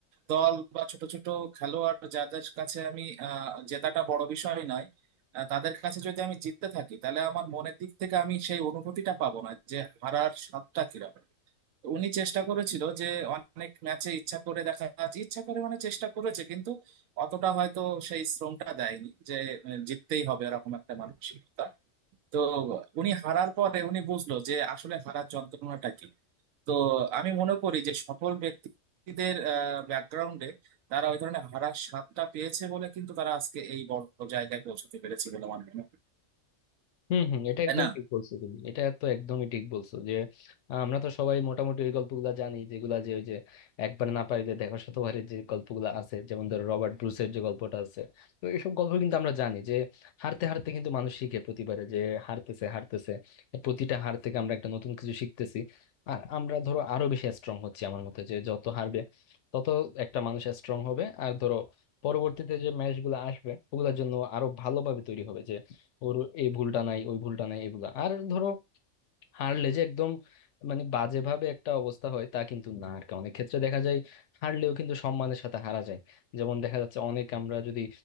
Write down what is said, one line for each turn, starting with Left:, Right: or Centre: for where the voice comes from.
Right: দল বা ছোট ছোট খেলোয়াড় যাদের কাছে আমি আহ, জেতাটা বড় বিষয় নয় আহ, তাদের কাছে যদি আমি জিততে থাকি তাহলে আমার মনের দিক থেকে আমি সেই অনুভূতিটা পাবো না যে হারার স্বাদটা কিরকম উনি চেষ্টা করেছিল যে অনেক ম্যাচে ইচ্ছা করে দেখা যাচ্ছে ইচ্ছা করে মানে চেষ্টা করেছে কিন্তু অতটা হয়তো সেই শ্রমটা দেয়নি যে আহ, জিততেই হবে এরকম একটা মানসিকতা তো উনি হারার পরে উনি বুঝলো যে আসলে হারার যন্ত্রণাটা কি তো আমি মনে করি যে সফল ব্যক্তিদের ব্যাকগ্রাউন্ডে তারা ওই ধরনের হারার স্বাদটা পেয়েছে বলে কিন্তু তারা আজকে এই বড় জায়গায় পৌঁছতে পেরেছে বলে আমার মনে হয়
Left: হম হম এটা
Right: তাই
Left: একদম
Right: না
Left: ঠিক বলছো তুমি এটা তো একদমই ঠিক বলছো যে আহ, আমরা তো সবাই মোটামুটি ওই গল্পগুলা জানি যেগুলা যে ওই যে একবার না পারিলে দেখো শতবারের যে গল্পগুলা আছে যেমন ধরো রবার্ট ব্রুসের যে গল্পটা আছে তো এইসব গল্প কিন্তু আমরা জানি যে হারতে হারতে কিন্তু মানুষ শিখে প্রতিবারে যে হারতেছে হারতেছে প্রতিটা হার থেকে আমরা একটা নতুন কিছু শিখতেছি আর আমরা ধরো আরো বেশি স্ট্রং হচ্ছি আমার মতে যে যত হারবে তত একটা মানুষ স্ট্রং হবে আর ধরো পরবর্তীতে যে ম্যাচ গুলো আসবে ওগুলোর জন্য আরো ভালোভাবে তৈরি হবে ওর এই ভুলটা নাই ওই ভুলটা নাই এইগুলা আর ধরো হারলে যে একদম মানে বাজেভাবে একটা অবস্থা হয় তা কিন্তু না আর কি অনেক ক্ষেত্রে দেখা যায় হারলেও কিন্তু সম্মানের সাথে হারা যায় যেমন দেখা যাচ্ছে অনেক আমরা যদি